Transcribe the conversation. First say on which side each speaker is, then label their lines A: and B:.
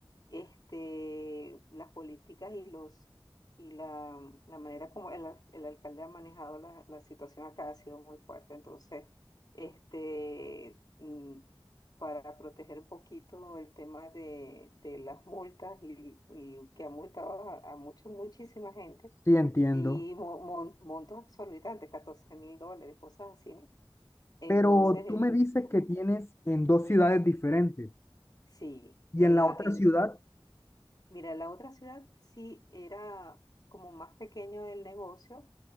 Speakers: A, on the left; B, on the left.
A: este, las políticas y los y la, la manera como el, al- el alcalde ha manejado la, la situación acá ha sido muy fuerte. Entonces, este, mm, para proteger un poquito el tema de, de las multas y, y que ha multado a, a mucho- muchísima gente.
B: Sí, entiendo.
A: Y mo- mon- montos exorbitantes, catorce mil dólares, cosas así, ¿no? Entonces,
B: Pero tú
A: eh,
B: me dices
A: ajá,
B: que tienes en dos ciudades diferentes
A: sí,
B: y
A: en
B: en la
A: la,
B: otra
A: en
B: ciudad
A: Mira, la otra ciudad sí era como más pequeño el negocio